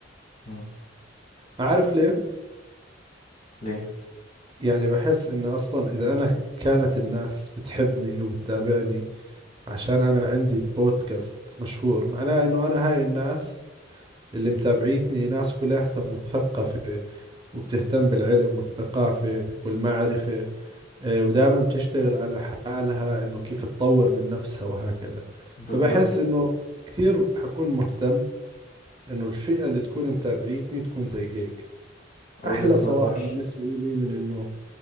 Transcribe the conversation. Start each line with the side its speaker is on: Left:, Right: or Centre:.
Left: مم.
Right: عارف ليه
Left: ليه
Right: يعني بحس انه اصلا اذا انا كانت الناس بتحبني وبتتابعني عشان انا عندي بودكاست مشهور معناه انه انا هاي الناس اللي متابعيتني ناس كلها مثقفة وبتهتم بالعلم والثقافة والمعرفة آه، ودائما بتشتغل على حالها انه كيف تطور من نفسها وهكذا
Left: بالظبط
Right: فبحس انه كثير حكون مهتم انه الفئة اللي تكون متابعيتني تكون زي هيك
Left: وجهة
Right: احلى صراحة
Left: نظر
Right: بالنسبة لي من انه